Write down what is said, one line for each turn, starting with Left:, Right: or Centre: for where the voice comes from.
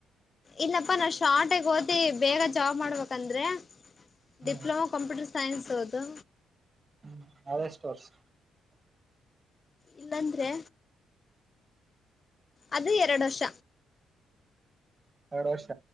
Left: ಇಲ್ಲಪ್ಪಾ ನಾ ಶಾರ್ಟ ಆಗ್ ಓದೀ ಬೇಗ ಜಾಬ್ ಮಾಡ್ಬೇಕಂದ್ರೆ
Right: ಹ್ಮ್
Left: ಡಿಪ್ಲೊಮಾ ಕಂಪ್ಯೂಟರ್ ಸೈನ್ಸ್ ಓದು
Right: ಹ್ಮ್ ಅದ ಎಷ್ಟ ವರ್ಷ್?
Left: ಇಲ್ಲಂದ್ರೆ ಅದು ಎರಡ ವರ್ಷ.
Right: ಎರಡ ವರ್ಷ.